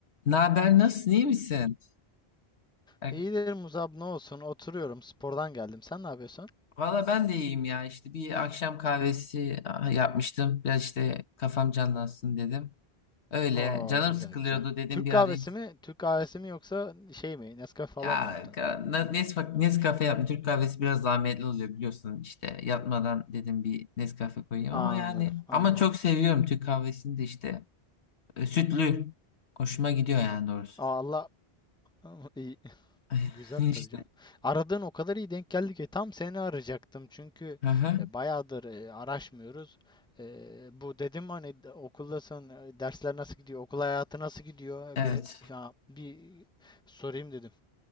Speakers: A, on the left; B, in the centre.
A: Ne haber? Nasılsın? iyi misin? E,
B: İyidir Muzab ne olsun oturuyorum spordan geldim sen ne yapıyorsun?
A: Valla ben de iyiyim ya. işte bir akşam kahvesi ah, yapmıştım. Biraz işte kafam canlansın dedim. Öyle.
B: Oo
A: Canım
B: güzel
A: sıkılıyordu
B: güzel.
A: dedim
B: Türk
A: bir
B: kahvesi
A: arayayım.
B: mi? Türk kahvesi mi yoksa şey mi? Nescafe falan
A: Ya
B: mı yaptın?
A: ka- na- Nesfa- Nescafe yaptım. Türk kahvesi biraz zahmetli oluyor biliyorsun. işte yatmadan dedim bir Nescafe koyayım
B: Aa,
A: ama yani
B: anladım anladım.
A: ama çok seviyorum Türk kahvesini de işte. E, Sütlü. Hoşuma gidiyor yani doğrusu.
B: Aa, Allah <laughs> iyi.
A: <laughs>
B: Güzel tabii
A: İşte.
B: canım. Aradığın o kadar iyi denk geldi ki tam seni arayacaktım çünkü
A: Hı hı.
B: e, bayağıdır e, araşmıyoruz. E, bu dedim hani d- okuldasın e, dersler nasıl gidiyor okul hayatı nasıl gidiyor E,
A: Evet.
B: bir ya bir sorayım dedim.